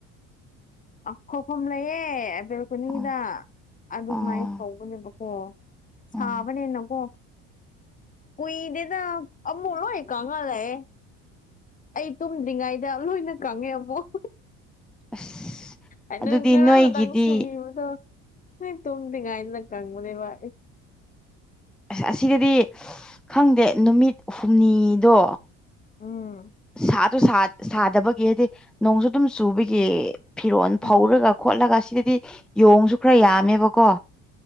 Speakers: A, on the left; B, in the centre.
A: ꯑ ꯐꯧꯐꯝ ꯂꯩꯌꯦ ꯑ ꯕꯦꯜꯀꯣꯅꯤꯗ
B: ꯑꯣ
A: ꯑꯗꯨꯃꯥꯏꯅ
B: ꯑꯣ
A: ꯐꯧꯕꯅꯦꯕ ꯑꯣ ꯁꯥꯕꯅꯦꯅꯀꯣ
B: ꯑꯣ
A: ꯀꯨꯏꯗꯦꯗ ꯑꯃꯨꯛ ꯂꯣꯏ ꯀꯪꯑ ꯂꯩꯑꯦ ꯑꯩ ꯇꯨꯝꯗ꯭ꯔꯤꯉꯩꯗ ꯂꯣꯏꯅ ꯀꯪꯉꯦ ꯑꯃꯨꯛ
B: ꯑꯁ
A: ꯑ ꯅꯪ
B: ꯑꯗꯨꯗꯤ
A: ꯉꯔꯥꯡ
B: ꯅꯣꯏꯒꯤꯗꯤ
A: ꯅꯨꯡꯗꯥꯡ ꯁꯨꯕꯤꯕꯗꯣ ꯅ ꯇꯨꯝꯗ꯭ꯔꯤ ꯉꯥꯏꯅ ꯀꯪꯕꯅꯦꯕ
B: ꯑꯁ ꯑꯁꯤꯗꯗꯤ ꯈꯪꯗꯦ ꯅꯨꯃꯤꯠ ꯍꯨꯝꯅꯤꯗꯣ
A: ꯎꯝ
B: ꯁꯥꯁꯨ ꯁꯥꯗꯕꯒꯤ ꯍꯥꯏꯗꯤ ꯅꯣꯡꯁꯨ ꯑꯗꯨꯝ ꯆꯨꯕꯒꯤ ꯐꯤꯔꯣꯜ
A: ꯑ
B: ꯐꯧꯔꯒ ꯈꯣꯠꯂꯒ ꯁꯤꯗꯗꯤ ꯌꯣꯡꯁꯨ ꯈꯔ ꯌꯥꯝꯃꯦꯕꯀꯣ